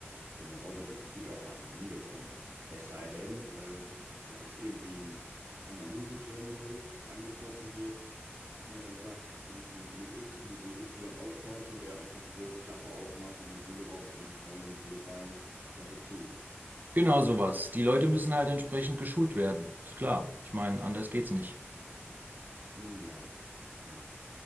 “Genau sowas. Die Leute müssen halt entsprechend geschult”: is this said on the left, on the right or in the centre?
Right